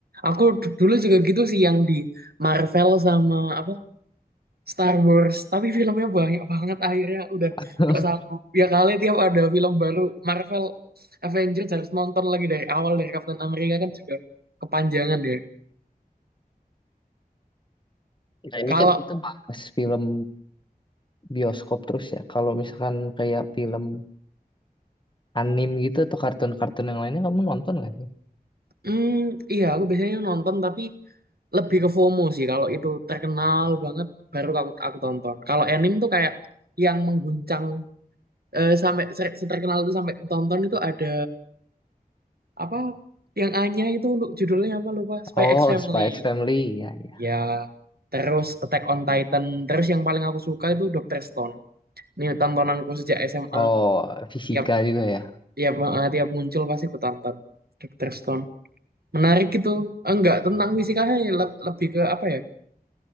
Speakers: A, on the right; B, on the left.
A: Aku d- dulu juga gitu sih yang di Marvel sama apa Star Wars, tapi filmnya banyak banget akhirnya udah
B: <laughs>
A: gak sanggup. Ya kali tiap ada film baru Marvel Avengers harus nonton lagi dari awal dari Captain America kan juga kepanjangan deh.
B: Nah, ini
A: Kalau
B: kan kita bahas film bioskop terus ya. Kalau misalkan kayak film anim gitu atau kartun-kartun yang lainnya kamu nonton nggak sih?
A: hmm, iya aku biasanya nonton tapi lebih ke FOMO sih kalau itu terkenal banget baru aku aku tonton. Kalau anime tuh kayak yang mengguncang eh, sampai se- seterkenal itu sampai aku tonton itu ada apa yang Anya itu lu- judulnya apa lupa Spy
B: Oh,
A: X Family.
B: Spy X Family ya ya.
A: Ya, terus Attack on Titan, terus yang paling aku suka itu Doctor Stone. Ini tontonanku sejak SMA.
B: Oh, Fisika
A: Tiap
B: juga ya.
A: tiap eh, tiap muncul pasti aku tonton Doctor Stone. Menarik gitu. Eh, Enggak, tentang fisikanya le- lebih ke apa ya?